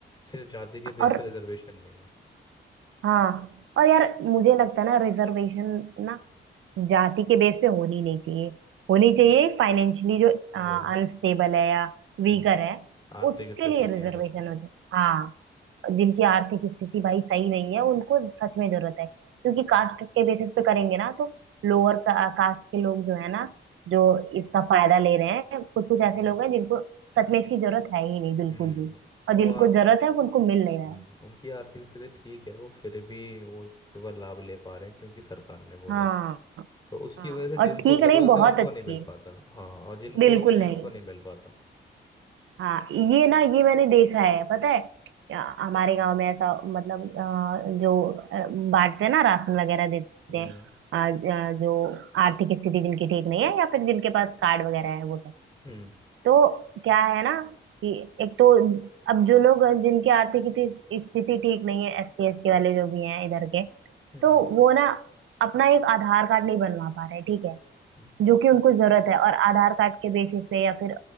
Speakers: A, on the left; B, on the right.
A: सिर्फ जाति के बेस
B: और
A: पे रिजर्वेशन नहीं हो
B: हाँ और यार मुझे लगता है ना रिजर्वेशन ना जाति के बेस पे होनी नहीं चाहिए होनी चाहिए फाइनेंशियली जो
A: वही
B: अनस्टेबल है या
A: हम्म
B: वीकर है
A: आर्थिक
B: उसके
A: स्थिति
B: लिए
A: के
B: रिजर्वेशन
A: अनुसार
B: हो जाए हाँ जिनकी आर्थिक स्थिति भाई सही नहीं है उनको सच में जरूरत है क्योंकि कास्ट
A: हम्म
B: के बेसिस पे करेंगे ना तो लोअर कास्ट के लोग जो है ना जो इसका फायदा ले रहे हैं कुछ कुछ
A: हम्म,
B: ऐसे लोग हैं जिनको सच में इसकी जरूरत है ही नहीं बिल्कुल
A: हम्म,
B: भी और
A: वो
B: जिनको
A: आर्थ
B: जरूरत है वो उनको मिल नहीं रहा
A: हम्म
B: है
A: उनकी आर्थिक स्थिति ठीक है वो फिर भी वो उसका लाभ ले पा रहे हैं क्योंकि सरकार ने बोला
B: हाँ
A: है तो उसकी
B: हाँ
A: वजह से जिनको
B: और ठीक
A: ज़रूरत
B: नहीं बहुत
A: है उनको
B: अच्छी
A: नहीं मिल
B: है
A: पाता हाँ और जिनको
B: बिल्कुल
A: चाहिए
B: नहीं
A: उनको नहीं मिल पाता
B: हाँ ये ना ये मैंने देखा है पता है या, हमारे गांव में ऐसा मतलब अ, जो अ, बांटते हैं ना राशन वगैरह देते
A: हम्म
B: हैं अ, अ, जो आर्थिक स्थिति जिनकी ठीक नहीं है या फिर जिनके पास कार्ड वगैरह है वो सब
A: हम्म
B: तो क्या है ना कि एक तो अब जो लोग जिनकी आर्थिक स्थिति स्थिति ठीक नहीं है एस सी एस टी वाले जो भी हैं इधर के
A: हम्म
B: तो वो ना अपना एक आधार कार्ड नहीं बनवा पा रहे ठीक है
A: हम्म
B: जो कि उनको जरूरत है और आधार कार्ड के बेसिस पे या फिर